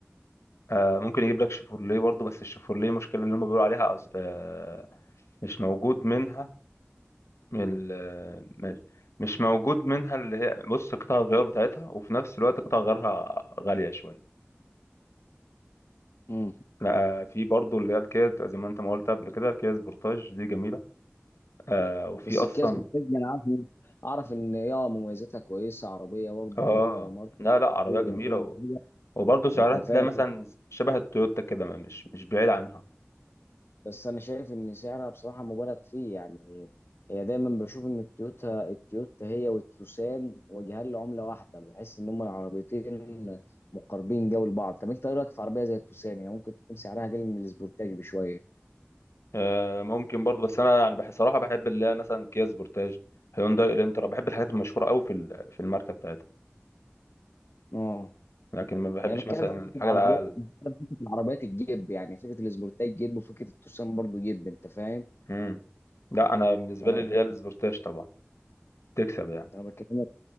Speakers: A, on the left (about 85°); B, on the left (about 60°).
A: آه ممكن يجيب لك شيفورليه برضه بس الشيفورليه المشكلة اللي هم بيقولوا عليها أص- آه مش موجود منها ال- آه، مش مش موجود منها اللي هي بص قطع الغيار بتاعتها وفي نفس الوقت قطع غيارها غالية شوية
B: امم
A: لا آه، في برضه اللي هي الكيا بتبقى زي ما انت ما قلت قبل كده الكيا سبورتاج دي جميلة آه وفي
B: بس
A: أصلا
B: الكيس بالفعل انا عارف إن- اعرف ان يا مميزاتها كويسه عربيه برضه
A: اه
B: نوع وماركه
A: لا لا عربية
B: كتير
A: جميلة
B: وكل
A: و...
B: حاجه
A: وبرضه سعرها
B: انت فاهم
A: تلاقي مثلا شبه التويوتا كده ما- مش مش بعيد عنها
B: بس انا شايف ان سعرها بصراحه مبالغ فيه يعني هي دايما بشوف ان التويوتا التويوتا هي والتوسان وجهان لعمله واحده بحس ان هم العربيتين مقربين جو لبعض طب انت ايه رايك في عربيه زي التوسان يعني ممكن تكون سعرها اقل من السبورتاج بشويه
A: آه، ممكن برضو بس انا يعني بحس صراحه بحب اللي هي مثلا كيا سبورتاج هيونداي الانترا بحب الحاجات المشهوره قوي في ال- في الماركه بتاعتها
B: اه
A: لكن ما بحبش
B: يعني انا بتكلم
A: مثلا
B: في فكره
A: الحاجه
B: العربيات
A: الاقل
B: بتكلم في فكره العربيات الجيب يعني فكره الاسبورتاي جيب وفكره التوسان برضو جيب انت فاهم
A: امم لا انا بالنسبه
B: فانا
A: لي اللي هي السبورتاج طبعا تكسب يعني
B: انا بكلمك